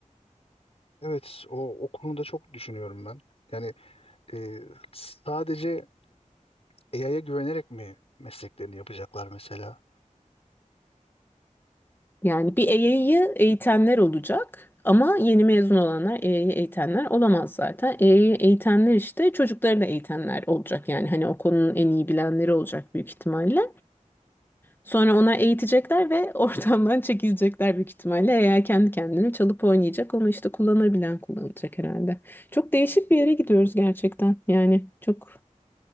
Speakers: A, on the left; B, on the left.
A: Evet o, o konuda çok düşünüyorum ben. Yani e, sadece AI'ya güvenerek mi mesleklerini yapacaklar mesela?
B: Yani bir EY'yi eğitenler olacak ama yeni mezun olanlar EY'yi eğitenler olamaz zaten. EY'yi eğitenler işte çocukları da eğitenler olacak yani hani o konunun en iyi bilenleri olacak büyük ihtimalle. Sonra ona eğitecekler ve <laughs> ortamdan çekilecekler büyük ihtimalle. Eğer kendi kendine çalıp oynayacak onu işte kullanabilen kullanacak herhalde. Çok değişik bir yere gidiyoruz gerçekten. Yani çok